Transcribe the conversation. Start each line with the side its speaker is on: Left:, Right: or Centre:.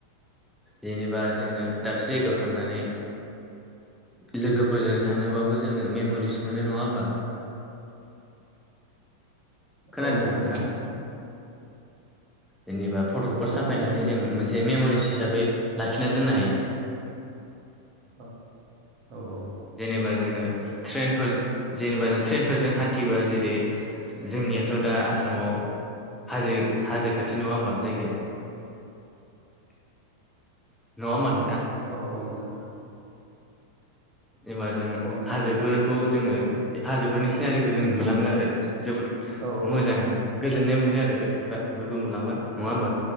Centre: जेनेबा जोङो दाबसे जायगायाव थांनानै लोगोफोरजों थाङोबाबो जोङो मेम'रिस मोनो नङा होमबा? खोनादोंना
Right: औ नंगौ
Centre: नोंथाङा? जेनेबा फट'फोर
Right: औ
Centre: साफायनानै
Right: खोनादों नोंथां
Centre: जों मोनसे जे मेम'रिस हिसाबै लाखिना दोननो हायो।
Right: औ औ।
Centre: जेनेबा जोङो ट्रेनफोर जेनेबा जों ट्रेनफोरजों हान्थिबा जेरै जोंनियाथ' दा आसामाव हाजो हाजो खाथि नङा होमबा जायगाया। नङा होमबा नोंथां?
Right: औ औ नंगौ।
Centre: एबा जोङो
Right: औ नंगौ
Centre: हाजोफोरखौ
Right: नंगौ
Centre: जोङो हाजोफोरनि सिनारिखौ जों नुलाङो आरो जोबोद
Right: औ
Centre: मोजाङै गोजोननाय मोनो आरो गोसोफ्रा बेफोरखौ नुलांबा। नङा होमबा
Right: अ